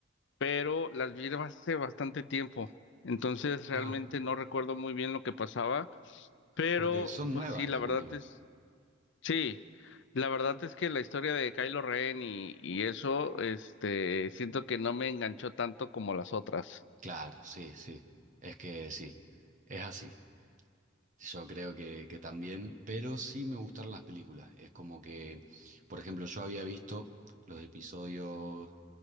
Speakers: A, on the left (about 65°); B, on the right (about 40°).
A: pero las vi hace bastante tiempo, entonces
B: Ah,
A: realmente no recuerdo muy bien lo que pasaba, pero
B: porque son
A: pues
B: nuevas
A: sí, la
B: las
A: verdad
B: últimas.
A: es, sí, la verdad es que la historia de Kylo Ren y, y eso, este, siento que no me enganchó tanto como las otras.
B: Claro, sí, sí, es que sí, es así. Yo creo que, que también, pero sí me gustaron las películas. Es como que, por ejemplo, yo había visto los episodios